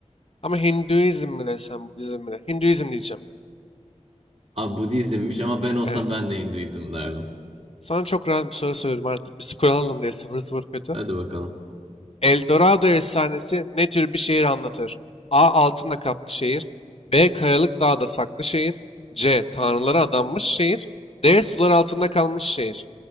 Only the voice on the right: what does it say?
A. Budizmmiş ama ben olsam
ben de Hinduizm derdim.
Hadi bakalım.